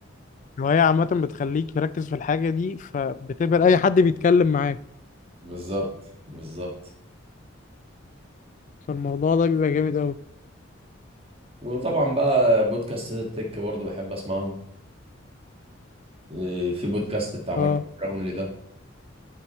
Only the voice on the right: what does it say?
بالظبط بالظبط
وطبعا بقى بودكاستات التك برضه بحب اسمعهم إيه، في بودكاست بتاع مارك
براونلي ده